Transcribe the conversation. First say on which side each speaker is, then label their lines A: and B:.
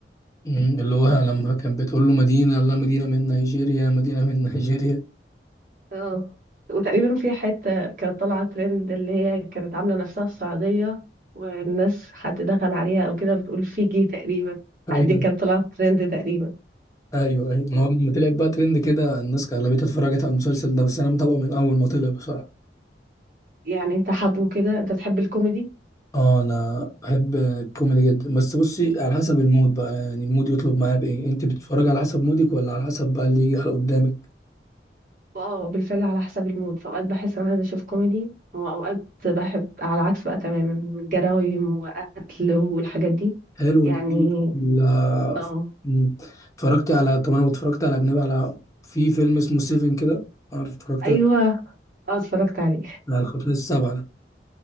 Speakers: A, on the left; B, on the right.
A: أمم، اللي هو لما كان بتقول له مدينه لا مدينه من نيجيريا مدينه من نيجيريا
B: اه وتقريبا في حتة كانت طالعة ترند اللي هي كانت عاملة نفسها السعودية والناس حد دخل عليها او كده بتقول فيجي تقريبا
A: <laughs> ايوه
B: دي كانت طلعت ترند تقريبا
A: ايوه ايوه ما
B: اه
A: هو لما طلعت بقى ترند كده الناس اغلبيتها اتفرجت على المسلسل ده بس انا متابعه من اول ما طلع بصراحه
B: يعني انت حابه كده انت بتحب الكوميدي
A: اه انا بحب الكوميدي جدا بس بصي على حسب المود بقى يعني المود يطلب معايا بايه انت بتتفرجي على حسب مودك ولا على حسب بقى اللي يجي على قدامك
B: اه بالفعل على حسب المود فاوقات بحس انا عايزة اشوف كوميدي واوقات بحب على العكس بقى تماما من جرايم وقتل والحاجات دي
A: حلو
B: يعني
A: انت ال-
B: اه
A: م، اتفرجتي على طب انا اتفرجت على اجنبي على في فيلم اسمه سيفن كده عارف اتفرجت
B: ايوه اه اتفرجت عليه
A: على الخطوه السبعه ده